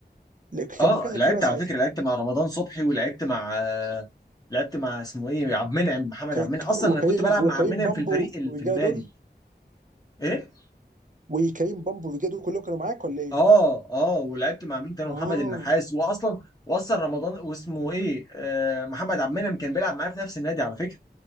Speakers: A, on the right; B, on the left.
A: لا، كان
B: اه
A: مركزك
B: لعبت
A: ايه بقى ساعتها
B: على فكره لعبت مع رمضان صبحي ولعبت مع آه، لعبت مع اسمه ايه عبد المنعم محمد
A: ك-
B: عبد المنعم
A: ك-
B: اصلا
A: وكريم
B: انا كنت بلعب
A: وكريم
B: مع عبد المنعم
A: بامبو
B: في الفريق اللي
A: والرجاله
B: في النادي
A: دول
B: ايه
A: وكريم بامبو والرجاله دول كلهم كانوا معاك ولا ايه
B: اه اه ولعبت مع مين تاني
A: اه
B: محمد النحاس واصلا واصلا رمضان واسمه ايه آه محمد عبد المنعم كان بيلعب معايا في نفس النادي على فكره